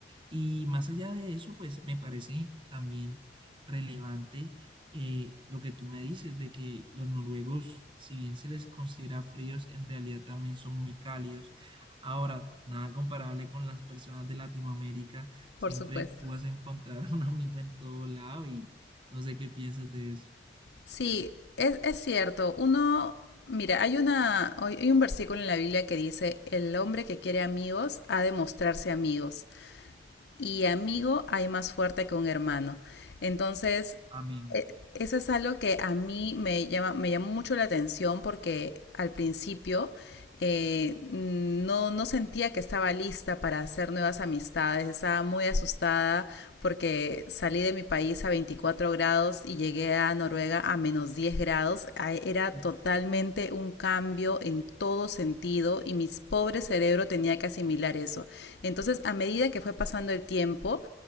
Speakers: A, on the right; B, on the left.
A: Y más allá de eso, pues me parece también relevante eh, lo que tú me dices de que los noruegos, si bien se les considera fríos, en realidad también son muy cálidos. Ahora, nada comparable con las personas de Latinoamérica, siempre
B: Por supuesto.
A: tú vas a encontrar <laughs> a un amigo en todo lado y no sé qué piensas de eso.
B: Sí, es, es cierto. Uno Mira, hay una, hay hay un versículo en la Biblia que dice, el hombre que quiere amigos ha de mostrarse amigos. y amigo hay más fuerte que un hermano. Entonces,
A: Amén.
B: eh, eso es algo que a mí me llama, me llamó mucho la atención porque al principio eh, no, no sentía que estaba lista para hacer nuevas amistades, estaba muy asustada porque salí de mi país a 24 grados y llegué a Noruega a menos 10 grados. A- Era
A: Uf.
B: totalmente un cambio en todo sentido y mi pobre cerebro tenía que asimilar eso. Entonces, a medida que fue pasando el tiempo,